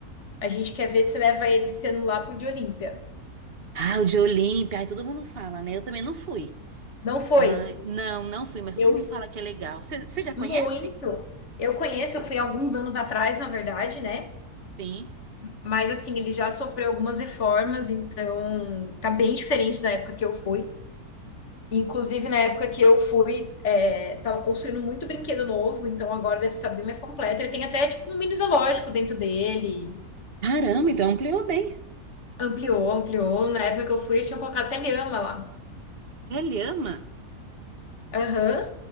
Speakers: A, on the left; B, on the right.
A: A gente quer ver se leva ele sendo lá pro de Olímpia.
B: Ah, o de Olímpia. Ai, todo mundo fala, né? Eu também não fui.
A: Não foi.
B: Mas, não, não fui, mas todo
A: Eu
B: mundo fala que é legal. Você você já conhece?
A: muito. Eu conheço, eu fui alguns anos atrás, na verdade, né?
B: Sim.
A: Mas assim, ele já sofreu algumas reformas, então tá bem diferente da época que eu fui. Inclusive, na época que eu fui, é, tava construindo muito brinquedo novo, então agora deve estar bem mais completo. Ele tem até, tipo, um mini zoológico dentro dele.
B: Caramba, então ampliou bem.
A: Ampliou, ampliou. Na época que eu fui, eles tinham colocado até lhama lá.
B: É lhama?
A: Aham.